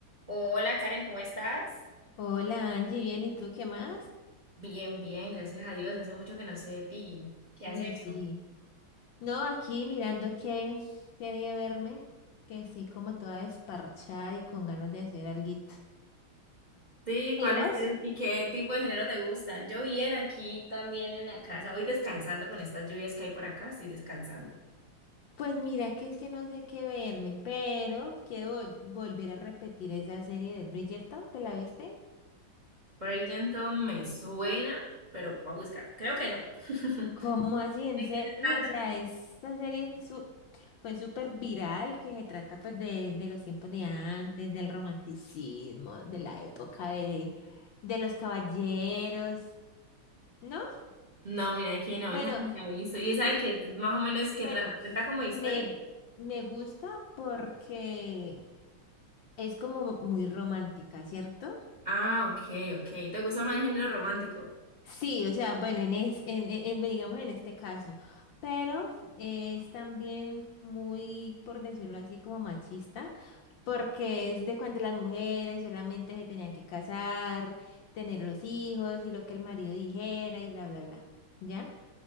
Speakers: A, on the right (about 25°); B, on the left (about 70°).
A: Hola Karen, ¿cómo estás?
B: Hola Angie, bien, ¿y tú qué más?
A: Bien, bien, gracias a Dios. Hace mucho que no sé de ti. ¿Qué
B: Uy,
A: has hecho?
B: sí. No, aquí mirando qué serie verme, que sí, como toda desparchada y con ganas de hacer alguito.
A: Sí, ¿cuál
B: ¿Y vos?
A: es tu- y qué tipo de género te gusta? Yo bien aquí también en la casa, hoy descansando con estas lluvias que hay por acá, estoy descansando.
B: Pues mira que es que no sé qué verme, pero quiero vol- volver a repetir esa serie de Bridgerton, ¿te la viste?
A: Bridgerton me suena, pero voy a buscar. Creo que no. <laughs>
B: ¿Cómo así? ¿En
A: ¿De
B: serio?
A: qué se trata?
B: O sea, esta serie es su- fue súper viral, que se trata pues de, de los tiempos de antes, del romanticismo, de la época de, de los caballeros, ¿no?
A: No, mira, es que no,
B: Bueno,
A: esa no me he visto. ¿Y esa de qué más o menos que
B: bueno,
A: trata? ¿Cuenta como historia?
B: me, me gusta porque es como muy romántica, ¿cierto?
A: Ah, ok, ok. ¿Te gusta más el género romántico?
B: Sí, o sea, bueno, en, es, en, en- en- digamos en este caso, pero es también muy, por decirlo así, como machista porque es de cuando las mujeres solamente se tenían que casar, tener los hijos y lo que el marido dijera y bla, bla, bla, ¿ya?